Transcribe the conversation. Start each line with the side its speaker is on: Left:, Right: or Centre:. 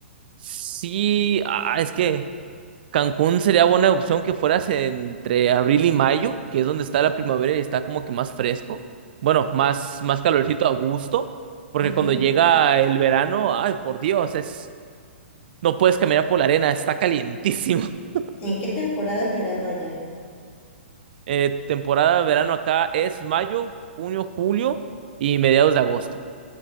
Right: Sí, ah, es que Cancún sería buena opción que fueras entre abril y mayo, que es donde está la primavera y está como que más fresco. Bueno, más, más calorcito a gusto, porque
Left: Ujú.
Right: cuando llega el verano, ay, por Dios, es No puedes caminar por la arena, está calientísimo. <laughs>
Left: ¿En qué temporada es verano allá?
Right: Eh, temporada de verano acá es mayo, junio, julio y mediados de agosto.